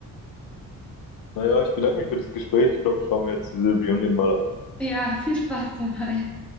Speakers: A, on the left; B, in the centre.
A: Naja, ich bedanke mich für das Gespräch. Ich glaube, ich schaue mir jetzt diese Reunion mal an.
B: Ja, viel Spaß dabei.